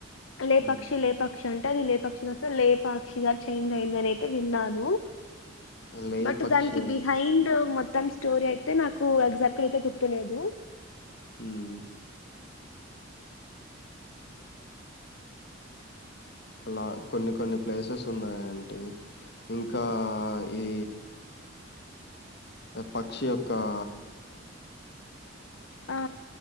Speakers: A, on the left; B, on the left.
A: లే
B: హ్మ్
A: పక్షి లేపాక్షి అంటే టే అది లేపక్షిగా అసలు లేపాక్షిగా చేంజ్ అయ్యింది అనైతే విన్నాను
B: లేపక్షి
A: బట్ దానికి బిహైండ్ మొత్తం స్టోరీ అయితే నాకు హు ఏక్షక్ట్ యితే గుర్తులేదు
B: హ్మ్ అలా కొన్ని కొన్ని ప్లేసెస్ ఉన్నాయంటీ ఇంకా ఈ కాకి
A: ఆ